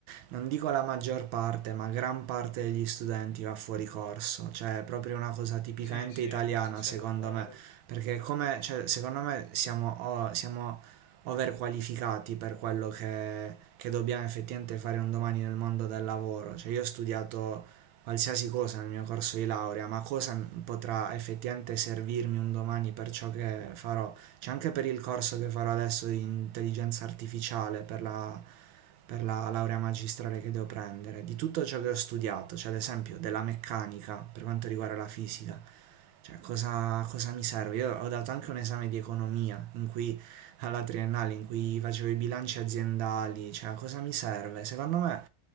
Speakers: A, on the right (about 75°); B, on the left (about 85°).
A: non dico la maggior parte, ma gran parte degli studenti va fuori corso, cioè è proprio una cosa tipicamente
B: Sì, sì,
A: italiana
B: penso sia
A: secondo
B: normale.
A: me, perché come, cioè, secondo me siamo, o- siamo overqualificati per quello che, che dobbiamo effettivamente fare un domani nel mondo del lavoro, cioè io ho studiato qualsiasi cosa nel mio corso di laurea, ma cosa potrà effettivamente servirmi un domani per ciò che farò? C'è anche per il corso che farò adesso di intelligenza artificiale, per la per la laurea magistrale che devo prendere, di tutto ciò che ho studiato, cioè ad esempio della meccanica per quanto riguarda la fisica, cioè cosa, cosa mi serve? Io ho dato anche un esame di economia in cui alla triennale in cui facevo i bilanci aziendali, cioè cosa mi serve? Secondo me,